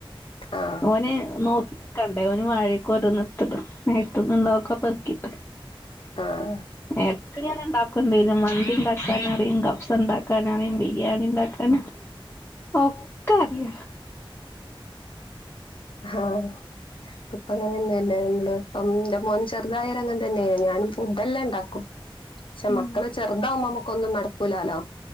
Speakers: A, on the left; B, on the left.
A: ആ
B: ഓനെ നോക്കി കണ്ടേ ന് വായൊക്കെ ഒരനിർത്ടും നെലത്ട്ടന്നുള്ളൊക്കെ പെറുക്കിട്ട്
A: ആഹ
B: എക്ക ഇങ്ങനെ ഉണ്ടാക്കണ്ടും മന്തി ണ്ടാക്കാൻറിയും കഫ്സ് ണ്ടാക്കാനറി ബിരിയാണിഇണ്ടക്ക ഓക്കറയ.
A: ആഹ ഇപ്പ അങ്ങനെ തന്നെയല്ലേ ഇ എന്റെ മോൻ ചെറുതായര അങ്ങനെ തന്നെയല്ലേ ഞാനും ഫുഡ് എല്ലാം ണ്ടാക്കും. പക്ഷെ
B: ഉം
A: മക്കള് ചെറുതാാവുമ്പോ നമ്മക്കൊന്നും നടക്കൂലാലോ.